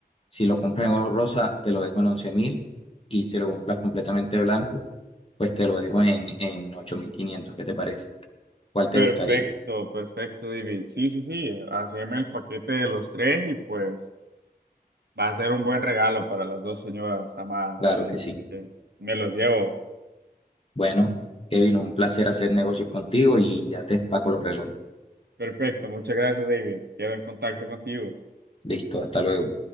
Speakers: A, on the left; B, on the right.
A: Si lo compras en oro rosa, te lo dejo en once mil. Y si lo compras completamente blanco, pues te lo dejo en, en 8.500. ¿Qué te parece? ¿Cuál te
B: Perfecto,
A: gustaría?
B: perfecto, David. Sí, sí, sí. Haceme el paquete de los tres y pues va a ser un buen regalo para las dos señoras amadas
A: Claro
B: de mi vida.
A: que sí.
B: Así que me los llevo.
A: Bueno, Kevin, un placer hacer negocios contigo y ya te empaco los relojes.
B: Perfecto, muchas gracias, David. Quedo en contacto contigo.
A: Listo, hasta luego.